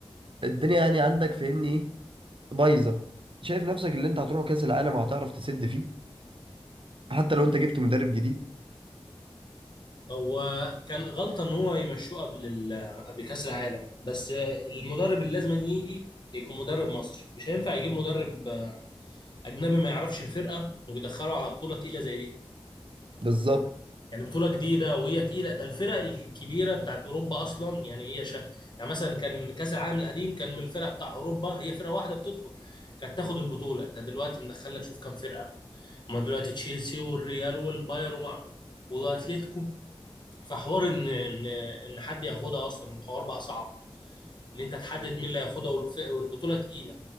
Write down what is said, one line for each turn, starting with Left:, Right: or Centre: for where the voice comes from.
Right: الدنيا يعني عندك فاهمني إيه بايظة شايف نفسك اللي أنت هتروح كأس العالم وهتعرف تسد فيه حتى لو أنت جبت مدرب جديد
Left: هو كان غلطه ان هو يمشوه قبل ال- قبل كاس العالم بس المدرب اللي لازم يجي يكون مدرب مصري مش هينفع يجيب مدرب اجنبي ما يعرفش الفرقه ويدخله على بطوله تقيله زي دي
Right: بالظبط
Left: يعني بطولة جديدة وهي تقيلة ده الفرق الكبيرة بتاعت أوروبا أصلا يعني هي شا... يعني مثلا كان كأس العالم القديم كان من الفرق بتاع أوروبا هي فرقة واحدة بتدخل كانت تاخد البطولة أنت دلوقتي مدخلك شوف كام فرقة ما دلوقتي تشيلسي والريال والبايرن ومع... وأتليتيكو فحوار إن إن إن حد ياخدها أصلا الحوار بقى صعب ان انت تحدد مين اللي هياخدها والف- والبطوله تقيله